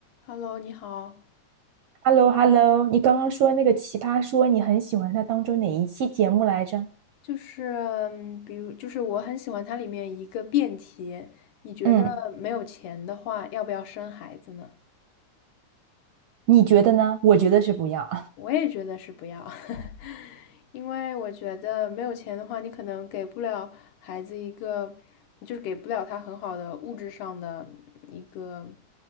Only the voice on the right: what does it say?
h e l l o h e l l o 你刚刚说那个《奇葩说》，你很喜欢它当中哪一期节目来着？
嗯，
你觉得呢？我觉得是不要。